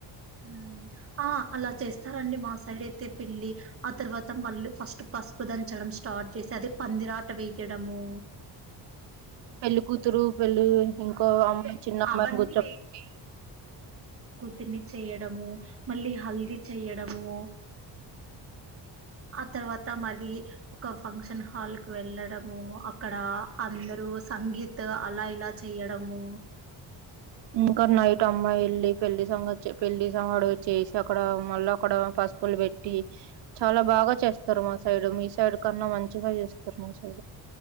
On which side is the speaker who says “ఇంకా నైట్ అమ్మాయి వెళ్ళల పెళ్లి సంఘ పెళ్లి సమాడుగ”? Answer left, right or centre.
Right